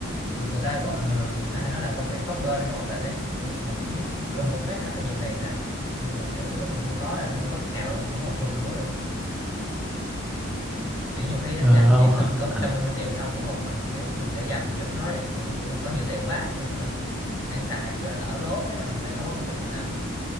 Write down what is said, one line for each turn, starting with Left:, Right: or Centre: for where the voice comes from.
Left: người người ta gọi thường thường người ta hay nói là công việc bấp bênh nó không ổn định đấy kiểu một một nó đùng một phát nó có nhiều tiền thật nhưng mà kiểu tới lúc mà không có là nó không có cách nào luôn không có một xu trong túi luôn kiểu nhiều khi á
Centre: Ờ,
Left: nha
Centre: ông,
Left: dạng mình
Centre: <laughs>
Left: có 150 triệu xong đúng không mình kiểu mình để dành thì không nói đây còn mình kiểu mình có nhiều tiền quá xong cái mình ăn xài gì đó lỡ lố cái mình lại không có công việc mình làm